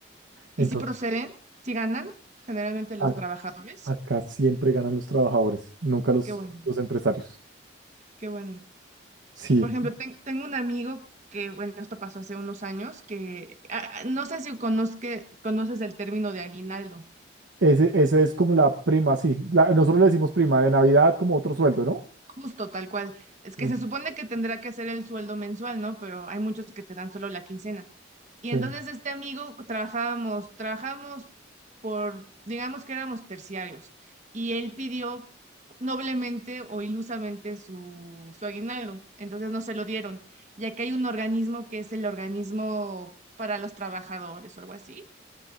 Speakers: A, on the right; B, on the right.
A: Entonces,
B: Y si proceden, si ganan, generalmente los
A: a-
B: trabajadores.
A: acá siempre ganan los trabajadores, nunca los,
B: Qué bueno,
A: los empresarios.
B: qué bueno.
A: Sí,
B: Por ejemplo, ten- tengo un amigo que, bueno, esto pasó hace unos años, que ah, ah, no sé si conozque- conoces el término de aguinaldo.
A: ese, esa es como la prima, sí. La- nosotros le decimos prima de Navidad como otro sueldo, ¿no?
B: Justo, tal cual. Es
A: Sí,
B: que se supone que tendrá que hacer el sueldo mensual, ¿no? Pero hay muchos que te dan solo la quincena. Y
A: sí,
B: entonces este amigo trabajábamos, trabajamos por, digamos que éramos terciarios, y él pidió noblemente o ilusamente su, su aguinaldo, entonces no se lo dieron, ya que hay un organismo que es el organismo para los trabajadores o algo así,